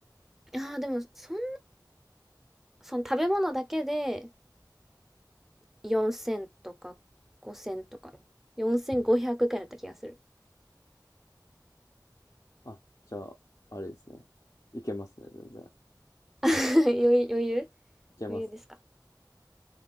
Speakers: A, in the centre; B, on the left (about 50°).
A: ああ、でもそんその食べ物だけで4000とか5000とか、4500くくらいだった気がする。
B: あ、じゃあ、あれですね。いけますね、全然。
A: <laughs> 余裕余裕
B: いけます。
A: 余裕ですか。